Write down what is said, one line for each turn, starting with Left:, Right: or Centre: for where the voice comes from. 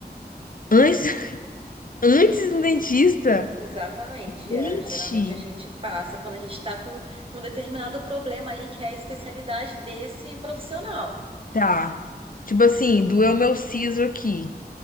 Left: antes, <laughs> antes do dentista?
Right: Exatamente.
Left: Gente,
Right: é, geralmente a gente passa quando a gente está com um determinado problema aí, que é a especialidade desse profissional.
Left: tá. Tipo assim, doeu meu siso aqui,